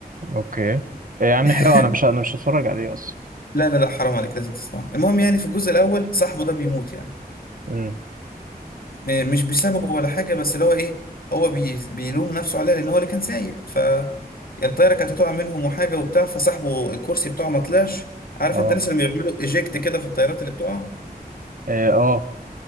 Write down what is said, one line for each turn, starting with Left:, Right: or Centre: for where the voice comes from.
Right: اوكي إيه يا عم
Left: <laughs>
Right: نحرقه انا مش انا مش هتفرج عليه اصلا
Left: لا لا لا حرام عليك لازم تسمعه المهم يعني في الجزء الأول صاحبه ده بيموت يعني
Right: مم.
Left: م- مش بسببه ولا حاجة بس اللي هو ايه هو بي بيلوم نفسه عليها لان هو اللي كان سايق ف يعني الطيارة كانت هتقع منهم وحاجة وبتاع فصاحبه الكرسي بتاعه ما طلعش عارف
Right: اه
Left: انت الناس اللي بيعملوا ايجكت كده في الطيارات اللي بتقع
Right: إيه، اه